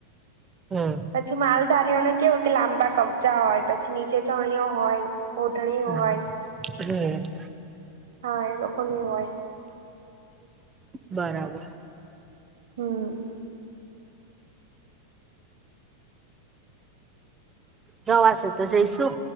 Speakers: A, on the right; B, on the right.
A: હમ
B: પછી માલધારીઓને કેવું કે લાંબા કબજા હોય, પછી નીચે ચણીઓ હોય. ઓઢણી હોય,
A: હા હમ
B: હહ એ લોકોની હોય.
A: બરાબર.
B: હમ
A: જવાશે તો જઈશું.